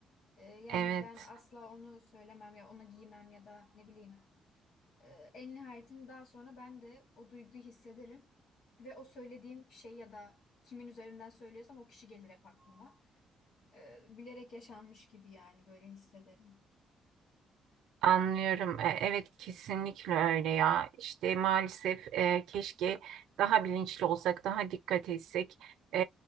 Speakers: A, on the left; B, on the right.
A: Ee, yani
B: Evet.
A: ben asla onu söylemem ya onu giymem ya da ne bileyim Ee, en nihayetinde daha sonra ben de o duyguyu hissederim. Ve o söylediğim şey ya da kimin üzerinden söylüyorsam o kişi gelir hep aklıma. Ee, bilerek yaşanmış gibi yani böyle hissederim.
B: Anlıyorum. E, Evet kesinlikle öyle ya. İşte maalesef e, keşke daha bilinçli olsak, daha dikkat etsek. E,